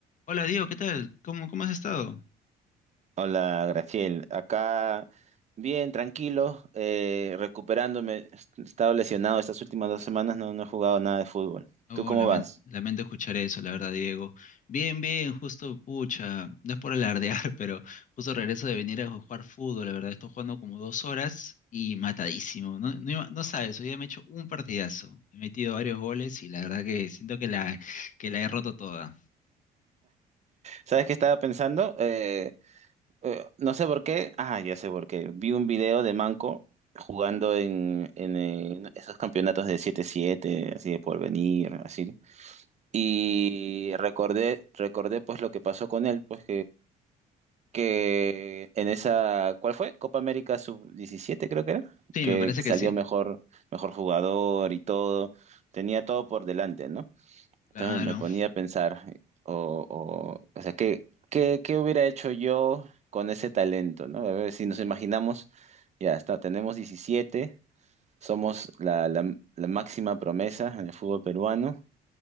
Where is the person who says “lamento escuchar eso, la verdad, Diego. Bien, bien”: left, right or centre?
Left